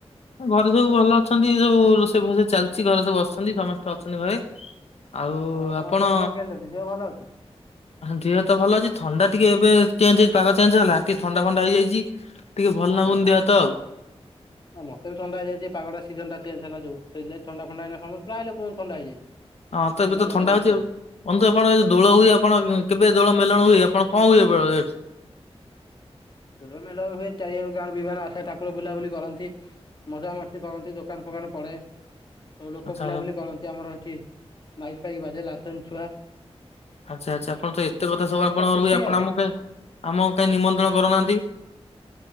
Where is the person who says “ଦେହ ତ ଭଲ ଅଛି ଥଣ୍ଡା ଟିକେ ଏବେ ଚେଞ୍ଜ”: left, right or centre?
Left